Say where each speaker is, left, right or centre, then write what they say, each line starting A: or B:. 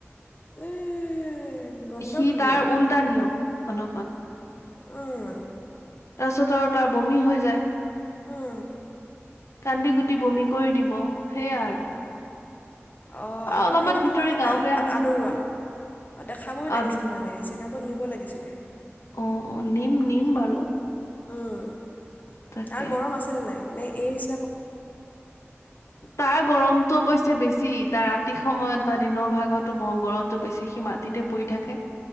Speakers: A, on the left; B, on the left.
A: এই গণ্ডগোলীয়া
B: সি, তাৰ উল্টা নিয়ম। অলপমান
A: অহ।
B: তাৰপিছত আৰু তাৰ বমি হৈ যায়।
A: অ'।
B: কান্দি-কুটি বমি কৰি দিব, সেয়া আৰু।
A: অ', আকৌ
B: অলপমান
A: সেইটোতো
B: ভিতৰি
A: মানে
B: গাও
A: কা,
B: বেয়া হৈছে
A: আদৰুৱা।
B: নেকি
A: অ', দেখাবই লাগিছিল
B: আদৰো
A: মানে, চেকআপত নিব লাগি নিছিলে।
B: অ', অ', নিম, নিম বাৰু।
A: উম।
B: তাকে
A: তাৰ গৰম আছেনে নাই? নে এই
B: তাৰ গৰমতটো অৱশ্যে বেছি। তাৰ ৰাতি সময়ত বা দিনৰ ভাগতো ব, গৰমতটো বেছি, সি মাটিতে পৰি থাকে।